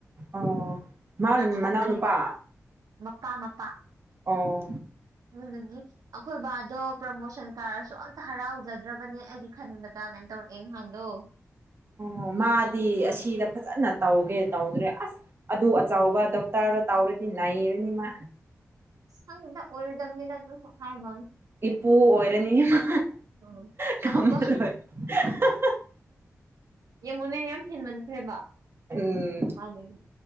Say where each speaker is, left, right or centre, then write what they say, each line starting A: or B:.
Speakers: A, on the right (about 40°); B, on the right (about 85°).
A: ꯑꯣ ꯃꯥꯒꯤ
B: ꯊꯥꯒꯠꯄꯅꯦꯕ
A: ꯃꯅꯥꯎꯅꯨꯄꯥ
B: ꯃꯄꯥ ꯃꯄꯥ
A: ꯑꯣ
B: ꯑꯗꯨꯗꯒꯤ ꯑꯈꯣꯏ ꯕꯥꯗꯣ ꯄ꯭ꯔꯃꯣꯁꯟ ꯀꯥꯔꯁꯨ ꯑꯝꯇ ꯍꯔꯥꯎꯖ ꯔꯕꯅꯦ ꯑꯩꯗꯤ ꯈꯟꯕꯗ ꯀꯥꯏꯅ ꯇꯧꯔꯛꯑꯦ ꯅꯍꯥꯟꯗꯣ
A: ꯑꯣ ꯃꯥꯗꯤ ꯑꯁꯤꯗ ꯐꯖꯅ ꯇꯧꯒꯦ ꯇꯧꯗ꯭ꯔꯦ ꯑꯁ ꯑꯗꯨ ꯑꯆꯥꯎꯕ ꯗꯣꯛꯇꯔ ꯇꯧꯔꯦ ꯅꯩꯔꯅꯤ ꯃꯥ
B: ꯈꯪꯗꯦꯗ ꯑꯣꯏꯔꯗꯝꯅꯤꯗ ꯗꯨꯁꯨ ꯍꯥꯏꯕꯋꯥꯅꯤ
A: ꯏꯄꯨ ꯑꯣꯏꯔꯅꯤ ꯃꯥ
B: ꯎꯝ
A: <unintelligible>
B: ꯑꯇꯣꯞꯄ ꯌꯦꯡꯉꯨꯅꯦ ꯌꯥꯝ ꯍꯦꯟꯃꯟꯈ꯭ꯔꯦꯕ
A: ꯎꯝ
B: ꯃꯥꯗꯒꯤ